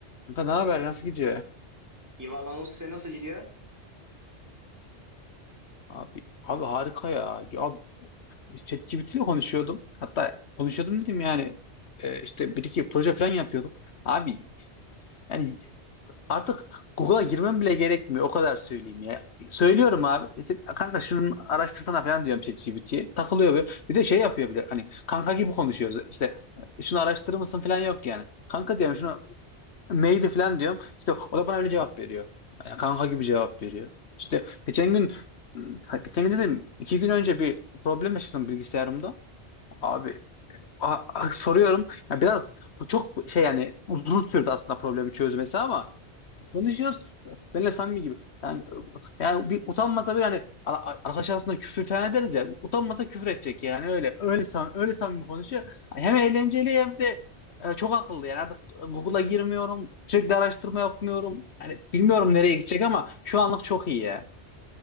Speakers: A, on the left (about 70°); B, on the right (about 15°).
A: Kanka ne haber? Nasıl gidiyor ya?
B: Ivalanos size nasıl gidiyor?
A: Abi, abi harika ya. Ya Abi, ChatGPT ile konuşuyordum. Hatta konuşuyordum dedim yani e, işte bir iki proje falan yapıyorduk. Abi yani artık Google'a girmem bile gerekmiyor. O kadar söyleyeyim ya. Söylüyorum abi. işte, kanka şunun araştırsana falan diyorum ChatGPT'ye. Takılıyor böyle. Bir de şey yapıyor bile. Hani kanka gibi konuşuyoruz. İşte "E, şunu araştırır mısın falan yok yani. Kanka diyorum şunu neydi falan diyorum. İşte o da bana öyle cevap veriyor. Yani kanka gibi cevap veriyor. İşte geçen gün, hmm, ha, geçen gün dedim, iki gün önce bir problem yaşadım bilgisayarımda. Abi a- a- soruyorum. Ya biraz bu çok şey yani uzun sürdü aslında problemi çözmesi ama konuşuyoruz. Benimle samimi gibi. Yani, yani bir utanmasa bir hani a- a- arkadaş arasında küfür tane ederiz ya. Utanmasa küfür edecek yani öyle öyle sam öyle samimi konuşuyor. Hem eğlenceli hem de e, çok akıllı yani artık Google'a girmiyorum. Sürekli araştırma yapmıyorum. Yani bilmiyorum nereye gidecek ama şu anlık çok iyi ya.